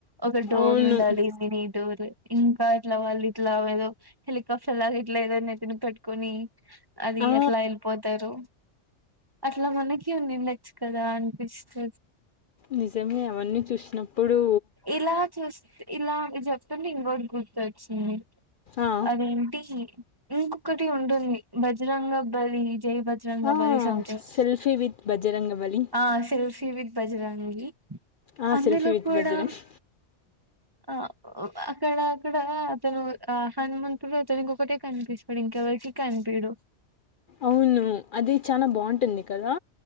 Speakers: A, on the right; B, on the left.
A: ఒక డోర్
B: అవును
A: ఉండాలి మినీ డోర్ ఇంకా ఇట్లా వాళ్ళు ఇట్లా ఏదో హెలికాప్టర్ లాగా ఇట్లా ఏదో నని పెట్టు కొన్ని అది
B: ఆ!
A: ఎట్లా వెళ్ళిపోతారు అట్లా మనకి ఉంది కదా అనిపిచ్చత
B: నిజమే ఎవన్నీ చూసినప్పుడు
A: ఇలా చూస్తే ఇలా చెప్తంట ఇంకోటి గుర్తొచ్చింది
B: ఆ!
A: అదేంటి ఏన్ కటి ఉంటుంది భజరంగ బలి జై Bajrangbali
B: ఆ!
A: something
B: 'selfie with Bajrangbali'.
A: ఆ సిల్స్ తి విత్ భజరంగి
B: ఆ!
A: అందులో
B: 'సెల్ఫీ విత్
A: కూడా
B: బజరంగ్'
A: ఆ <unintelligible> అక్కడ అక్కడ అతను ఆ హనుమంతుడు అతనికొకటే కనిపిస్తాడు ఇంకెవరికి కనిపీడు
B: అవుండును అది చానా బావుంటుంది కదా